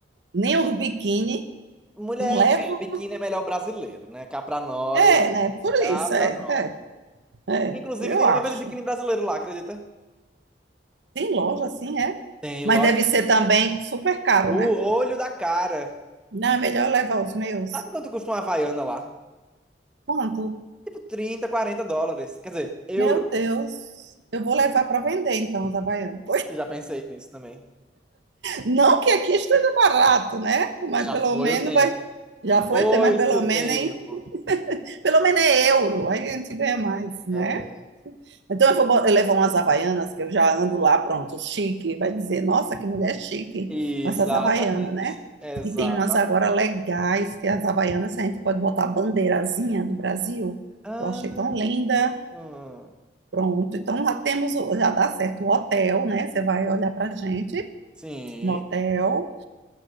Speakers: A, on the right; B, in the centre.
A: nem os biquíni,
B: Mulher,
A: não levo.
B: é, biquíni é melhor brasileiro, né? Cá pra nós,
A: É, né? Por
B: cá
A: isso,
B: pra
A: é,
B: nós.
A: é, é,
B: Inclusive,
A: eu
B: tem
A: acho.
B: loja de biquíni brasileiro lá, acredita?
A: Tem loja assim, é.
B: Tem
A: Mas
B: loja.
A: deve ser também super caro,
B: O
A: né?
B: olho da cara.
A: Não, é melhor eu levar os meus.
B: Sabe quanto custa uma Havaiana lá?
A: Quanto?
B: Tipo trinta quarenta dólares. Quer dizer, euros.
A: Meu Deus, eu vou levar para vender então os havaianos.
B: Eu já pensei nisso também.
A: Não que aqui esteja barato, né? Mas
B: Já
A: pelo
B: foi
A: menos
B: o tempo.
A: vai. Já foi
B: Foi-se
A: o tempo, mas pelo
B: o tempo.
A: menos, em- pelo menos é euro, aí a gente ganha mais, né?
B: É.
A: Então eu vou bo- eu levar umas havaianas, que eu já ando lá, pronto, chique. Vai dizer, nossa, que mulher chique,
B: Exatamente.
A: com essas havaianas, né?
B: Exatamente.
A: E tem umas agora legais, que as havaianas a gente pode botar a bandeirazinha do Brasil.
B: Ah,
A: Eu achei tão linda.
B: hum.
A: Pronto, então já temos, o- já dá certo o hotel, né? Você vai olhar pra gente
B: sim,
A: no hotel.